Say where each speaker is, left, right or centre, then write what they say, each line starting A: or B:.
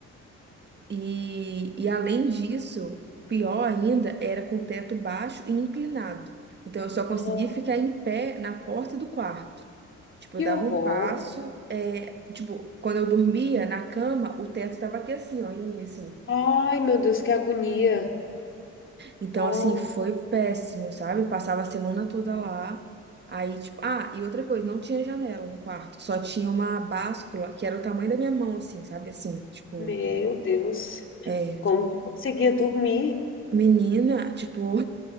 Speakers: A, on the right; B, on the left.
A: E, e além disso, pior ainda, era com teto baixo e inclinado. Então eu só
B: Nossa,
A: conseguia ficar em pé na porta do quarto. Tipo,
B: que
A: eu dava
B: horror.
A: um passo, é, tipo, quando eu dormia na cama, o teto tava aqui assim, ó, em mim, assim.
B: Ai, meu Deus, que agonia.
A: Então,
B: oh
A: assim, foi péssimo, sabe? Passava a semana toda lá. Aí, tipo, ah, e outra coisa, não tinha janela no quarto, só tinha uma báscula que era o tamanho da minha mão, assim, sabe? Assim, tipo,
B: meu Deus.
A: é,
B: Como que conseguia dormir?
A: menina, tipo.